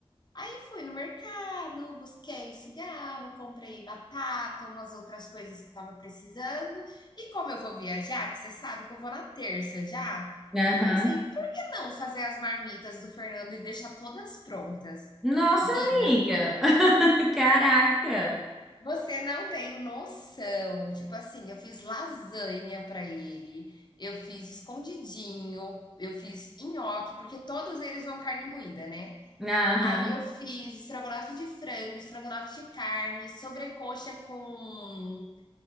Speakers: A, on the left; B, in the centre.
A: Aí fui no mercado, busquei o cigarro, comprei batata, umas outras coisas que estava precisando. E como eu vou viajar, que você sabe que eu vou na terça já,
B: Aham.
A: eu pensei, por que não fazer as marmitas do Fernando e deixar todas prontas?
B: Nossa,
A: Amiga,
B: amiga. <laughs> Caraca.
A: Você não tem noção. Tipo assim, eu fiz lasanha pra ele, eu fiz escondidinho, eu fiz nhoque, porque todos eles vão carne moída, né.
B: Aham.
A: Aí eu fiz estrogonofe de frango, estrogonofe de carne, sobrecoxa com